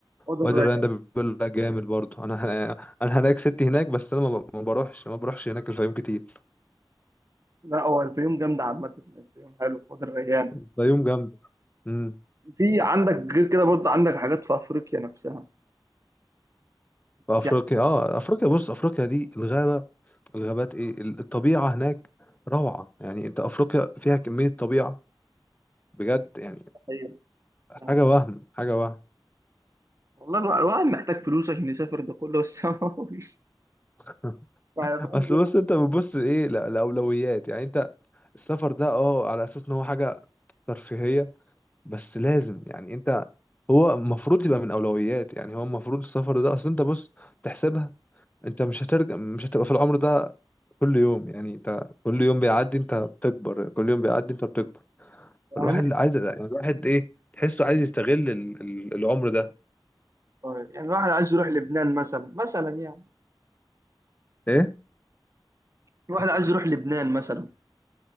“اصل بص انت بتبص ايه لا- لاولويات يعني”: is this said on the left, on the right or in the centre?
Left